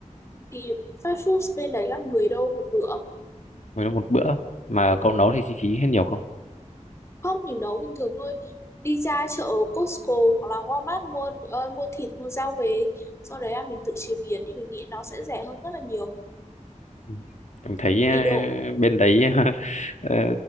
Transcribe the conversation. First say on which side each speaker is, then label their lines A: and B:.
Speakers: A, on the left; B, on the left.
A: thì fast food bên đấy là 10 đô một bữa
B: với một bữa mà cậu nấu thì chi phí hết nhiều không
A: không mình nấu bình thường thôi đi ra chợ Costco hoặc là Walmart mua ờ, mua thịt mua rau về sau đấy là mình tự chế biến thì mình nghĩ nó sẽ rẻ hơn rất là nhiều
B: Ừ. Em thấy à,
A: vì đồ
B: bên đấy <laughs> ờ,